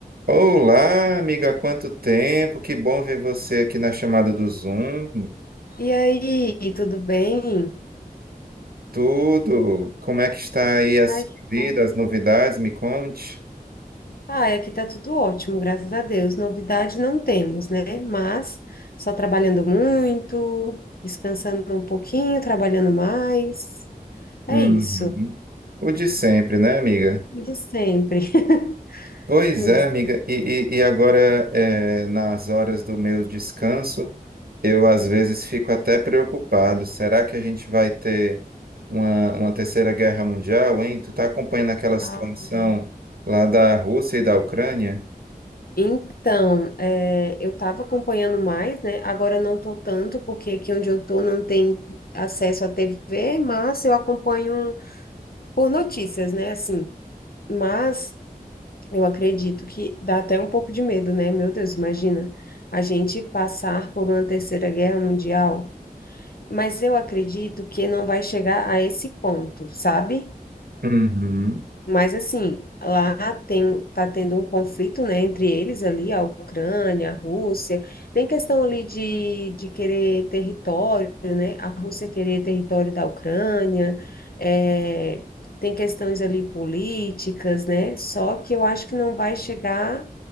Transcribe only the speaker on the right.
Olá, amiga, há quanto tempo! Que bom ver você aqui na chamada do Zoom.
Tudo? Como é que está aí a
sua
vida,
as novidades? Me conte.
Uhum.
O de sempre, né, amiga?
Pois
é,
amiga. E, e- e agora, é, nas horas do meu descanso, eu às vezes fico até preocupado. Será que a gente vai ter uma, uma terceira guerra mundial, hein? Tu tá acompanhando aquela situação
lá da Rússia e da Ucrânia?
Uhum,